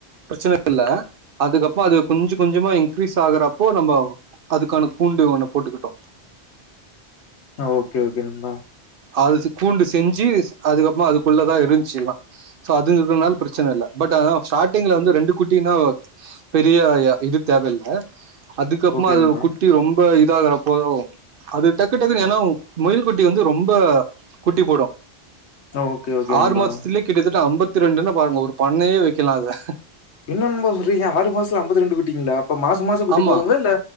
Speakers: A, on the right; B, on the left.
A: பிரச்சன இல்ல அதுக்கப்போ அது கொஞ்சோ கொஞ்சோமா இன்கிரீஸ் ஆகுறப்போ நம்ப அதுக்கான கூண்டு ஒன்ன போட்டுக்கிட்டோ
B: ஆ ஓகே ஓகே நண்பா
A: அதுக் கூண்டு செஞ்சு அதுக்கப்பறமா அதுக்குள்ளதா இரின்ச்சி எல்லா சோ அது இருகறதுனால பிரச்சன இல்ல பட் அதா ஸ்டார்ட்டிங்ல வந்து ரெண்டு குட்டினா பெரிய இது தேவயில்ல அதுக்கப்பம்மா
B: ஓகே
A: அதொட
B: நண்பா
A: குட்டி ரொம்ப இ கிற போதோ அது டக்கு டக்குனு
B: ஓ
A: என்னாவு முயல் குட்டி வந்து ரொம்ப குட்டி போடும்.
B: ஓகே ஓகே
A: ஆறு
B: நண்பா
A: மாசத்துலயே கிட்டத்தட்ட ஐம்பத் ஐம்பத்தி ரெண்டுன்ன பாருங்க ஒரு பண்ணையே வைக்கலாம் அத
B: என்னநண்பா சொல்றீங்க ஆறு மாசத்துல ஐம்பத்தி ரெண்டு குட்டிங்களா அப்ப மாச மாசம் குட்டி
A: ஆமா
B: போடுங்களா, இல்ல